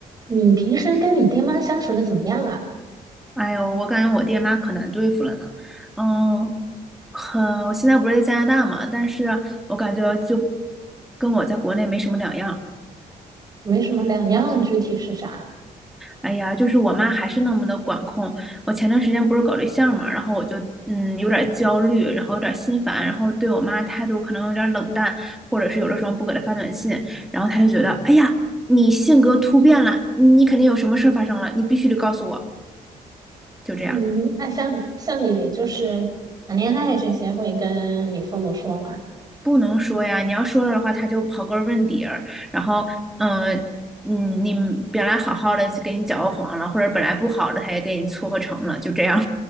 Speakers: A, on the right (about 25°); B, in the centre.
A: 你平时跟你爹妈相处的怎么样啊？
B: 哎呦，我感觉我爹妈可难对付了呢。嗯，很，我现在不是在加拿大嘛，但是我感觉就跟我在国内没什么两样。
A: 没什么两样，具体是啥？
B: 哎呀，就是我妈还是那么的管控。我前段时间不是搞对象嘛，然后我就嗯有点焦虑，然后有点心烦，然后对我妈态度可能有点冷淡，或者是有的时候不给她发短信，然后她就觉得，哎呀，你性格突变了，你肯定有什么事儿发生了，你必须得告诉我，就这样。
A: 嗯，那像像你就是谈恋爱这些，会跟你父母说吗？
B: 不能说呀，你要说了的话，他就刨根问底儿，然后，嗯、嗯，你本来好好的就给你搅和黄了，或者本来不好的，他也给你撮合成了，就这样，